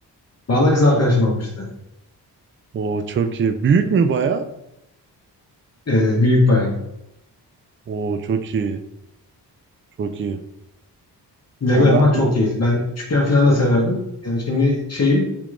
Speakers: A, on the left; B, on the right.
A: Bana kız arkadaşım almıştı.
B: Oo çok iyi. Büyük mü baya?
A: Ee, büyük bayan.
B: Oo çok iyi. Çok iyi.
A: Lego
B: Ya
A: yapmak
B: ben
A: çok keyifli. Ben küçükken falan da severdim. Yani şimdi şeyim